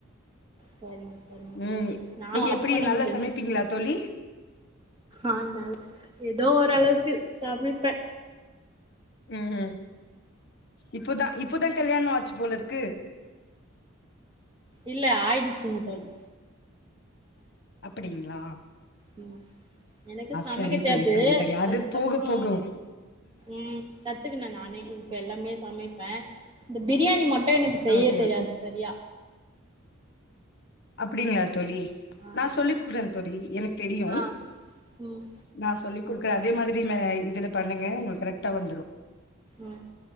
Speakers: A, on the right; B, on the left.
A: சரிங்க சரிங்க
B: உம்
A: தோழி நானு
B: நீங்க எப்டி
A: அப்பளம்
B: நல்லா
A: செஞ்சுட்டு
B: சமைப்பீங்ளா தோழி
A: ஆ ஏதோ ஓரளவுக்கு தமிழ் ப்ப
B: உம் உம் இப்பதா இப்பதா கல்யாண ஆச்சு போல இருக்கு
A: இல்ல ஆயிடுச்சுங்க தோழி
B: அப்டீங்ளா
A: உம் எனக்கு சமக்க
B: சரி
A: தெரியாது
B: தோழி சரி தோழி அது
A: அதுக்கப்புற
B: போக போக
A: ம் கத்துக்கினே நானே இப்ப எல்லாமே சமைப்பே இந்த பிரியாணி மட்டு எனக்கு செய்ய
B: ஓகே
A: தெரியாது
B: ஓகே
A: சரியா
B: அப்டிங்ள தோழி
A: ஆ
B: நா சொல்லிக்குடே தோழி எனக்கு தெரியு
A: ஆ ம்
B: நா சொல்லி குடுக்குற அதே மாதிரி மே இதுல பண்ணுங்க உங்களுக்கு கரெக்டா வந்துரு
A: ம்